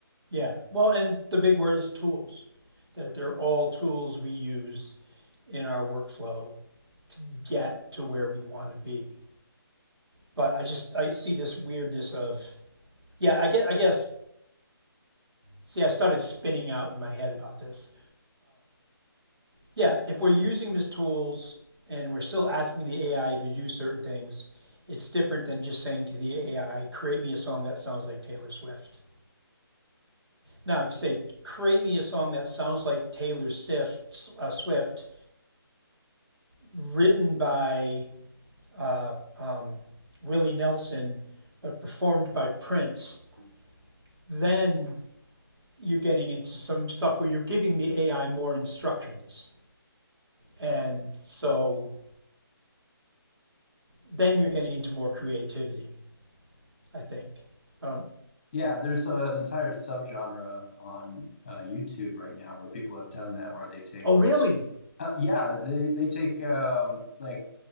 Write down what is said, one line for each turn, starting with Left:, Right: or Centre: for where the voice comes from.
Right: Yeah. Well, and the big word is tools. That they're all tools we use in our workflow to get to where we want to be. But I just I see this weirdness of yeah. I get I guess see I started spinning out in my head about this. Yeah, if we're using them tools and we're still asking the AI to do certain things, it's different than just saying to the AI, create me a song that sounds like Taylor Swift. Now, if you say, create me a song that sounds like Taylor Swift, uh, Swift written by uh, um, Willie Nelson, but performed by Prince, then you're getting into some stuff where you're giving the AI more instructions. And so then you're getting into more creativity, I think. Um,
Left: Yeah, there's uh, an entire subgenre on uh, YouTube right now where people have done that, where they take
Right: oh, really?
Left: Uh, yeah, they they take um, like